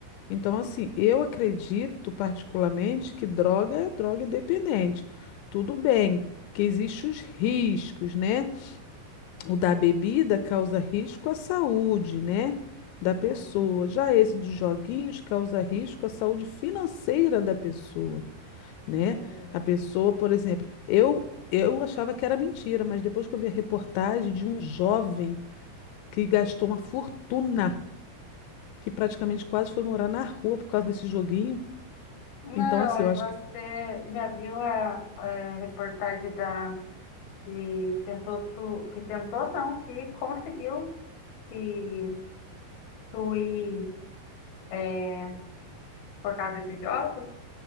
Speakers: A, on the left; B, on the left.
A: Então, assim, eu acredito particularmente que droga é droga dependente. Tudo bem que existem os riscos, né? O da bebida causa risco à saúde, né? Da pessoa.
B: É,
A: Já esse dos joguinhos causa risco à saúde financeira da pessoa, né?
B: é.
A: A pessoa, por exemplo, eu, eu achava que era mentira, mas depois que eu vi a reportagem de um jovem que gastou uma fortuna, que praticamente quase foi morar na rua por causa desse joguinho.
B: Não,
A: Então, assim,
B: e
A: eu acho
B: você
A: que.
B: já viu a, é, reportagem da que tentou, su- que tentou não, que conseguiu se suir é, por causa desses jogos?